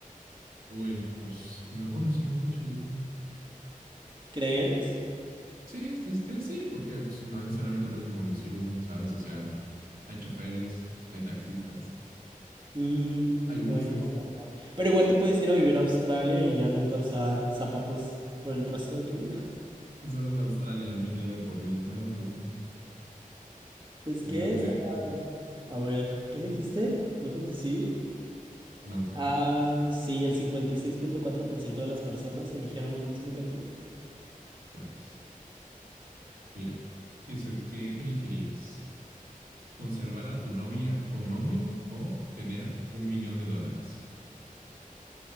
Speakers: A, on the right; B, on the right.
A: Uy, pues no conducir un coche, yo creo.
B: ¿Crees?
A: Sí, sí, sí, sí, porque pues, no necesariamente tengo que conducir uno, ¿sabes? O sea, hay choferes, hay taxistas,
B: Mm,
A: hay buses,
B: bueno. Pero igual te puedes ir a vivir a Australia y ya nunca usar zapatos por el resto de tu vida.
A: y solo en Australia ahí me quedo de por vida. No, pues no,
B: Pues
A: yo
B: qué,
A: no creo
B: está padre. A ver, ¿qué elegiste? ¿No conducir?
A: un auto,
B: Ah, sí, el cincuenta y seis punto cuatro por ciento de las personas eligieron lo mismo que tú.
A: ya ves. Mira, ¿qué, se- qué, qué elegirías? ¿Conservar a tu novia o novio o tener un millón de dólares?